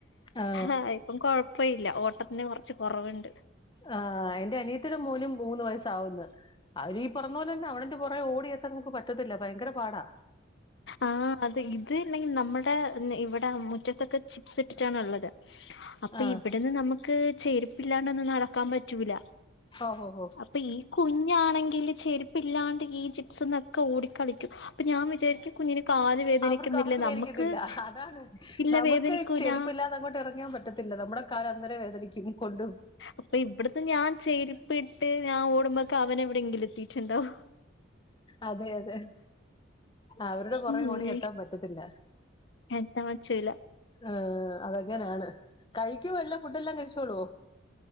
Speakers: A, on the left (about 25°); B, on the left (about 65°).
A: ആ
B: ആഹ് ഇപ്പം കൊഴപ്പല്ല. ഓട്ടത്തിന് കൊറച്ച് കൊറവ്ണ്ട്.
A: ആഹ് എന്റെ അനിയത്തിടെ മോനും മൂന്ന് വയസ്സാവുന്നുണ്ട്. അവര് ഈ പറഞ്ഞ പോലെന്നെ അവളന്റെ പുറകെ ഓടിയെത്താൻ നമുക്ക് പറ്റത്തില്ല. ഭയങ്കര പാടാ.
B: ആഹ് അത് ഇത് ഇല്ലെങ്കിൽ നമ്മുടെ ഇവിടെ മുറ്റത്തൊക്കെ ചിപ്സ് ഇട്ടിട്ടാണ്ള്ളത്. അപ്പൊ
A: ആ
B: ഇവിടന്ന് നമുക്ക് ചേരുപ്പില്ലാണ്ടൊന്നും നടക്കാൻ പറ്റൂല.
A: ഓ ഹോ ഹോ
B: അപ്പൊ ഈ കുഞ്ഞാണെങ്കില് ചെരുപ്പില്ലാണ്ട് ഈ ജിപ്സ്ന്നൊക്കെ ഓടിക്കളിക്കും അപ്പൊ ഞാൻ വിചാരിക്കും കുഞ്ഞിന് കാല് വേദനിക്കുന്നില്ലേ
A: അവർക്ക് അവർക്ക് വേദനിക്കത്തില്ല.
B: നമുക്ക്
A: അതാണ്
B: ഇല്ല
A: നമുക്ക്
B: വേദനിക്കൂല
A: ചെരുപ്പില്ലാതെ അങ്ങോട്ട് ഇറങ്ങാൻ പറ്റത്തി ല്ല നമ്മുടെ കാല അന്തരേ വേദനിക്കും. കൊണ്ടും
B: അപ്പ ഇവിടന്ന് ഞാൻ ചെരിപ്പിട്ട് ഞാൻ ഓടുമ്പക് അവനെവിടെയെങ്കിലും എത്തിയിട്ടുണ്ടാവും.
A: അതെ അതെ അവരുടെ പുറകെ
B: ഉം
A: ഓടി എത്താൻ പറ്റത്തില്ല.
B: എത്താൻ പറ്റൂല.
A: ആഹ് അതങ്ങനെയാണ്. കഴിക്കുവോല്ലാം ഫുഡല്ലാം കഴിച്ചോളു.